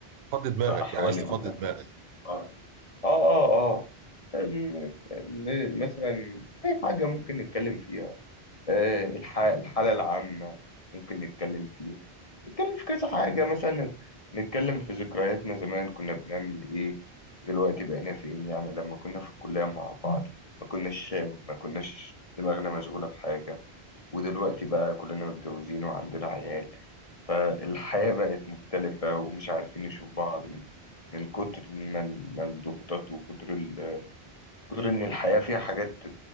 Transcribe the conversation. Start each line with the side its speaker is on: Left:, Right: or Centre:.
Right: فضي دماغك
Left: في أحوال
Right: يعني عايز
Left: ال-
Right: تفضي دماغك
Left: اه اه اه الم- م- مثلا أي حاجة ممكن نتكلم فيها آه، الح- الحالة العامة ممكن نتكلم فيها نتكلم في كذا حاجة مثلا نتكلم في ذكرياتنا زمان كنا بنعمل إيه دلوقتي بقينا فين يعني لما كنا في الكلية مع بعض ما كناش ما كناش دماغنا مشغولة بحاجة ودلوقتي بقى كلنا متجوزين وعندنا عيال فالحياة بقت مختلفة ومش عارفين نشوف بعض من من كتر ما ال- ما الضغوطات وكتر ال... كتر إن الحياة فيها حاجات